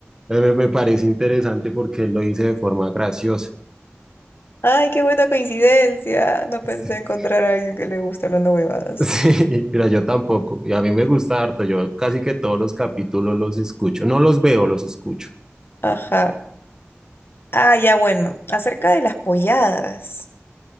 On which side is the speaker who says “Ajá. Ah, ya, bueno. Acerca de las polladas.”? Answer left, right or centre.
Left